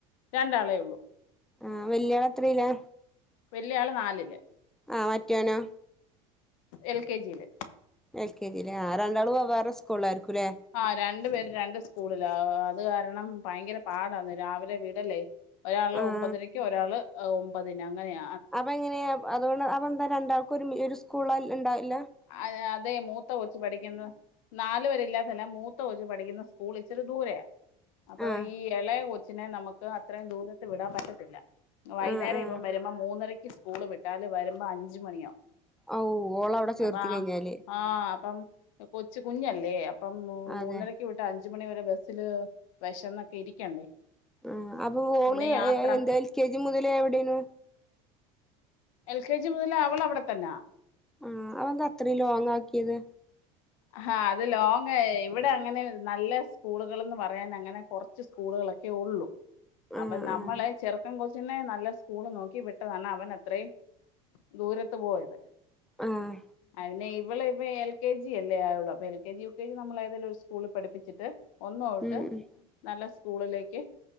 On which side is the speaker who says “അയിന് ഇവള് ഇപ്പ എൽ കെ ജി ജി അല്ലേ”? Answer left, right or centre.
Left